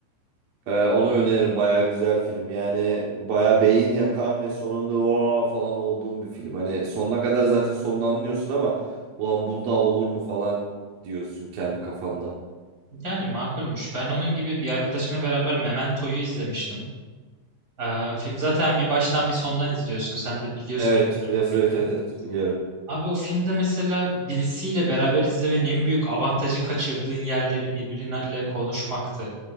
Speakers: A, on the right (about 60°); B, on the right (about 30°).
A: Ee, onu öneririm. Baya güzel film. Yani baya beyin yakan ve sonunda o falan olduğum bir film. Hani sonuna kadar zaten sonunu anlıyorsun ama ulan bu da olur mu falan diyorsun kendi kafanda.
B: Yani makulmüş. Ben onun gibi bir arkadaşımla beraber Memento'yu izlemiştim. Ee, film zaten bir baştan bir sondan izliyorsun. Sen de biliyorsun
A: Evet
B: diye hatırlıyorum
A: biraz
B: o filmi.
A: evet evet evet biliyorum.
B: Abi o filmde mesela birisiyle beraber izlemenin en büyük avantajı kaçırdığın yerleri birbiriyle konuşmaktı.